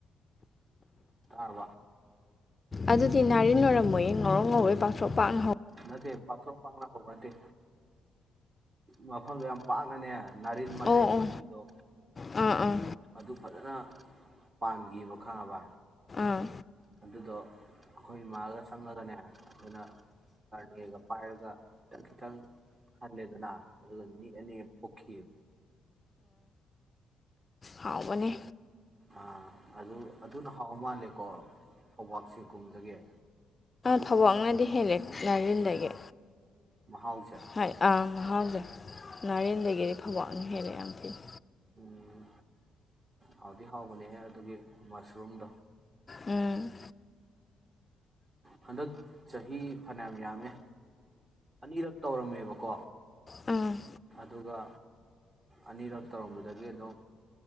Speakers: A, on the right; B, on the left.
A: ꯑꯕ
B: ꯑꯗꯨꯗꯤ ꯅꯥꯔꯤꯟ ꯑꯣꯏꯔꯝꯃꯣꯏꯌꯦ ꯉꯧꯔꯧ ꯉꯧꯔꯣꯏ ꯄꯥꯛꯊꯣꯛ ꯄꯥꯛꯅ ꯍꯧꯦ
A: ꯅ ꯄꯥꯊ꯭ꯔ ꯄꯥꯡꯅꯥ ꯍꯕꯗꯤ ꯃꯐꯝꯗꯨ ꯌꯥꯝ ꯄꯥꯛꯅꯅꯦ ꯉꯥꯔꯤꯟ ꯃꯇꯣꯟ
B: ꯑꯣ ꯑꯣ
A: ꯇꯣꯡꯕꯤꯗꯣ
B: ꯑꯥ ꯑꯥ
A: ꯑꯗꯨ ꯐꯖꯅ ꯄꯥꯥꯟꯕ ꯈꯪꯉꯕ
B: ꯑꯥ
A: ꯑꯗꯨꯗꯣ ꯑꯩꯈꯣꯏ ꯏꯃꯥꯒ ꯆꯪꯉꯒꯅꯦ ꯑꯩꯈꯣꯏꯅ ꯈꯔꯅꯦꯒ ꯄꯥꯏꯔꯒ ꯈꯤꯇꯪ ꯈꯤꯇꯪ ꯍꯜꯂꯦꯗꯅ ꯑꯗꯨꯒ ꯃꯤ ꯑꯅꯤ ꯄꯣꯛꯈꯤꯑ
B: ꯍꯥꯎꯕꯅꯤ
A: ꯑꯥ ꯑꯗꯨ ꯑꯗꯨꯅ ꯍꯥꯎ ꯃꯥꯜꯂꯦꯀꯣ ꯐꯧꯕꯥꯛꯁꯤꯒꯨꯝꯗꯒꯤ
B: ꯊꯕꯛꯅꯗꯤ ꯍꯦꯜꯂꯦ ꯥꯏꯔꯤꯦꯟꯗꯒꯤ
A: ꯃꯍꯥꯎꯁꯦ
B: ꯍꯥꯏ ꯑꯥ ꯃꯍꯥꯎꯖꯦ ꯅꯥꯔꯦꯟꯗꯒꯤꯗꯤ ꯐꯕꯥꯛ ꯑꯅꯤ ꯍꯦꯜꯂꯦ ꯌꯥꯝ ꯊꯤꯅ
A: ꯎꯝ ꯍꯥꯎꯗꯤ ꯍꯥꯎꯕꯅꯦꯍꯦ ꯑꯗꯨꯒꯤ ꯃꯁꯔꯨꯝꯗꯣ
B: ꯎꯝ
A: ꯍꯟꯗꯛ ꯆꯍꯤ ꯐꯅꯌꯥꯝ ꯌꯥꯝꯃꯦ ꯑꯅꯤꯔꯛ ꯇꯧꯔꯝꯃꯦꯕꯀꯣ
B: ꯎꯝ
A: ꯑꯗꯨꯒ ꯑꯅꯤꯔꯛ ꯇꯧꯔꯝꯕꯗꯒꯤ ꯑꯗꯨꯝ